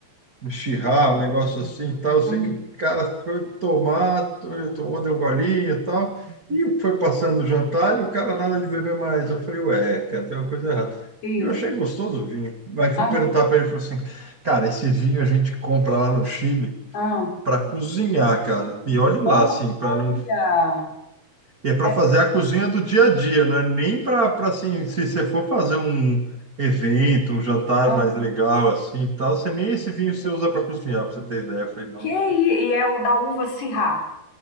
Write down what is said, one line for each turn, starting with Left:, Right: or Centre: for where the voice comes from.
Right: Chirrar, um negócio assim e tal. Eu sei
Left: hum,
Right: que o cara foi tomar, to- tomou, deu um golinho e tal. E foi passando o jantar e o cara nada de beber mais. Eu falei, ué, cara, tem uma coisa errada.
Left: isso.
Right: E eu achei gostoso o vinho. Aí fui
Left: Aham.
Right: perguntar para ele, ele falou assim, cara, esse vinho a gente compra lá no Chile
Left: aham.
Right: para cozinhar, cara. E olhe lá,
Left: Olha.
Right: assim, para não. E é para
Left: É,
Right: fazer a cozinha do dia a dia, não é nem para para assim, se você for fazer um evento, um jantar
Left: Aham.
Right: mais legal assim, e tal, você nem esse vinho você usa para cozinhar, para você ter ideia. Eu falei, não.
Left: Que i- e é o da uva Syrah.